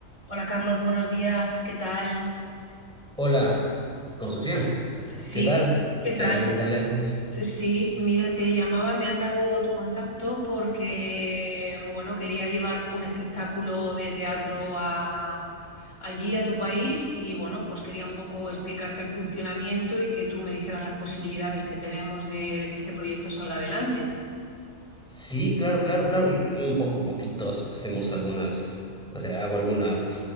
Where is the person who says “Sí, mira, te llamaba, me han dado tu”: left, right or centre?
Left